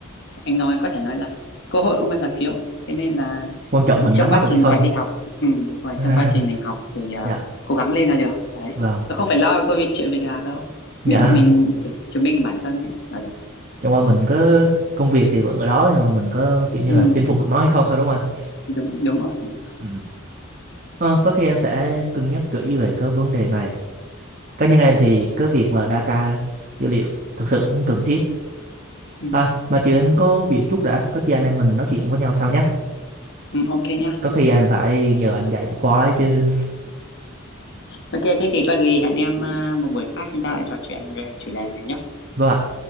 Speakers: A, on the left (about 55°); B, on the right (about 40°).
A: anh nói có thể nói là cơ hội không bao giờ thiếu thế nên là
B: quan trọng mình
A: trong
B: nắm
A: quá
B: bắt được
A: trình
B: hay không
A: còn đi học ừ, đúng rồi
B: <laughs>
A: trong quá trình mình học thì à,
B: dạ
A: cố gắng lên là được đấy
B: vâng
A: không phải lo câu chuyện mình làm đâu
B: dạ
A: miễn là mình chứng chứng minh bản thân ấy là được
B: <laughs> chẳng qua mình có công việc thì vẫn ở đó nhưng mà mình có kiểu như
A: ừ,
B: là chinh phục được nó hay không thôi đúng không anh
A: đúng đúng rồi đúng rồi
B: ừ. Ờ, có khi em sẽ cân nhắc kỹ về cái vấn đề này cá nhân em thì cái việc mà data dữ liệu thực sự cũng cần thiết
A: ừ,
B: à mà chiều em có việc chút đã có chi anh em mình nói chuyện với nhau sau nhé
A: ừ, ok nhá
B: có khi em phải nhờ anh dạy một khóa ấy chứ
A: Ok, thế thì có gì hẹn em ờ, một buổi khác chúng ta lại trò chuyện về chủ đề này nhé.
B: vâng ạ